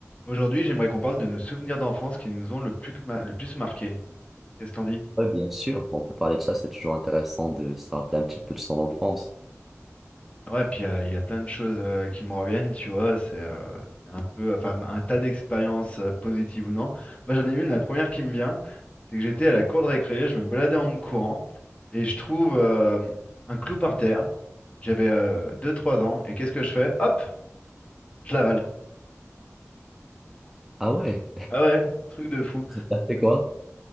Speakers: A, on the left (about 25°); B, in the centre.
A: Aujourd'hui, j'aimerais qu'on parle de nos souvenirs d'enfance qui nous ont le plus, que ma- le plus marqué. Qu'est-ce que t'en dis?
B: Ouais, bien sûr, Bon, on peut parler de ça, c'est toujours intéressant de se rappeler un petit peu de son enfance.
A: Ouais, puis euh, il y a plein de choses euh, qui me reviennent, tu vois. C'est euh, c'est un peu, enfin, un tas d'expériences euh, positives ou non. Moi, j'en ai une, la première qui me vient, c'est que j'étais à la cour de récré, je me baladais en me courant, et je trouve euh, un clou par terre. J'avais deux-trois ans, et qu'est-ce que je fais? Hop, je l'avale.
B: Ah ouais,
A: Un truc- Ah ouais, truc de fou.
B: <laughs> t'as fait quoi?